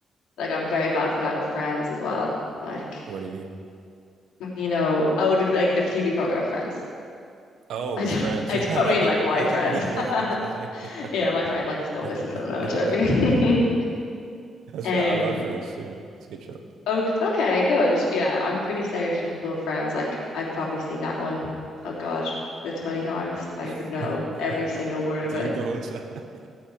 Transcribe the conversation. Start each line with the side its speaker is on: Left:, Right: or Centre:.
Left: Like I'm very bad for that with Friends as well. Like
Right: What do you mean?
Left: you know, oh, the- like the TV program Friends. <laughs>
Right: Oh, with
Left: I don't,
Right: friends.
Left: I
Right: <laughs> I
Left: don't mean like my friends.
Right: thought with your friends.
Left: <laughs>
Right: I was like, <laughs>
Left: Yeah, my friends. I just don't
Right: that's
Left: listen to them. No, I'm joking. <laughs> Um,
Right: fair. I love Friends too. It's a good show.
Left: Oh, okay, good. Yeah, I'm pretty stereotypical of Friends. Like I've probably seen that one, oh God, the 20 times. I
Right: <laughs>
Left: would know every single word of
Right: Do
Left: it.
Right: you go outside?